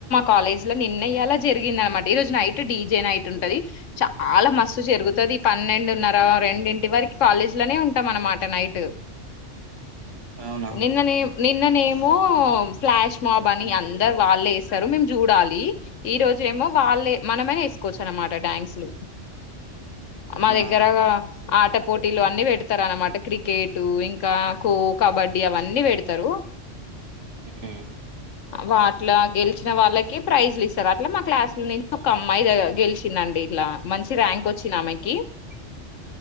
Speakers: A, on the left; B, on the right.
A: కాలేజ్ లో నిన్న ఇయాలా జరిగింది అనమాట ఈ రోజు నైట్ డీజే నైట్ ఉంటది చాలా మస్తు జరుగుతాది పన్నెండున్నర రెండింటి వరకు కాలేజ్ లోనే ఉంటాం అన్నమాట నైట్
B: అవునా
A: నిన్న నేమ్ నిన్న నేమో ఫ్లాష్ మాబ్ అని అందరు వాళ్ళే చేస్తారు మేము చూడాలి ఈ రోజు ఏమో వాళ్ళే మనమే ఎసుకోవచ్చు అనమాట డ్యాన్స్లు మా
B: అవునా
A: దగ్గరగా ఆట పోటీలు అన్ని పెడతారనమాట క్రికెట్ ఇంకా ఖోక్ కబడ్డీ అవన్నీ పెడతారు.
B: ఉమ్ హు
A: వాట్ల గెలిచిన వాళ్ళకి ప్రైజ్లు ఇస్తారు అట్లా మా క్లాసుల నుంచి ఒక అమ్మాయి గెలిచిందండి ఇట్లా మంచి ర్యాంక్ వచ్చింది ఆమెకి
B: <unintelligible>